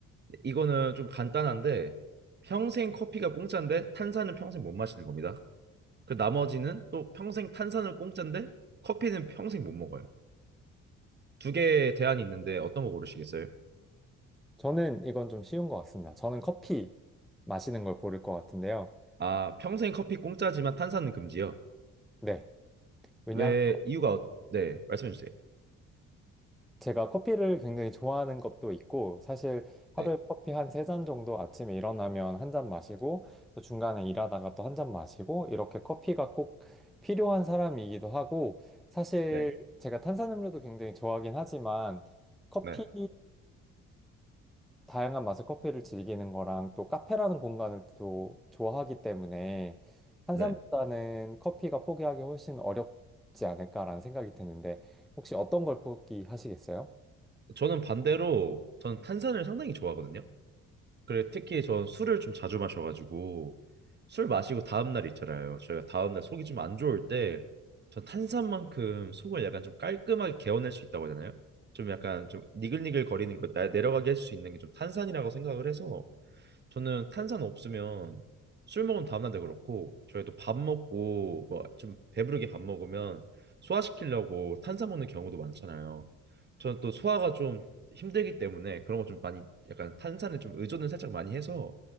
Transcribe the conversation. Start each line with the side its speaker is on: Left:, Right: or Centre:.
Right: 이거는 좀 간단한데 평생 커피가 공짜인데 탄산은 평생 못 마시는 겁니다. 그 나머지는 또 평생 탄산을 공짜인데 커피는 평생 못 먹어요. 두 개의 대안이 있는데 어떤 거 고르시겠어요?
Centre: 저는 이건 좀 쉬운 것 같습니다. 저는 커피 마시는 걸 고를 것 같은데요.
Right: 아, 평생 커피 공짜지만 탄산은 금지요.
Centre: 네. 왜냐하면
Right: 왜 이유가 어- 네, 말씀해 주세요.
Centre: 제가 커피를 굉장히 좋아하는 것도 있고, 사실 하루에
Right: 네.
Centre: 커피 한 세 잔 정도 아침에 일어나면 한 잔 마시고, 또 중간에 일하다가 또 한 잔 마시고, 이렇게 커피가 꼭 필요한 사람이기도 하고, 사실
Right: 네.
Centre: 제가 탄산음료도 굉장히 좋아하긴 하지만, 커피
Right: 네.
Centre: 다양한 맛의 커피를 즐기는 거랑 또 카페라는 공간을 또 좋아하기 때문에 한
Right: 네.
Centre: 산보다는 커피가 포기하기 훨씬 어렵지 않을까라는 생각이 드는데 혹시 어떤 걸 포기하시겠어요?
Right: 저는 반대로 저는 탄산을 상당히 좋아하거든요. 그래 특히 전 술을 좀 자주 마셔가지고 술 마시고 다음 날 있잖아요. 저희가 다음 날 속이 좀 안 좋을 때 전 탄산만큼 속을 약간 좀 깔끔하게 개어낼 수 있다고 하잖아요. 좀 약간 좀 니글니글 거리는 거 나- 내려가게 할 수 있는 게 좀 탄산이라고 생각을 해서 저는 탄산 없으면 술 먹으면 다음날도 그렇고 저희도 밥 먹고 뭐 좀 배부르게 밥 먹으면 소화시키려고 탄산 먹는 경우도 많잖아요. 저는 또 소화가 좀 힘들기 때문에 그런 거 좀 많이 약간 탄산에 좀 의존을 살짝 많이 해서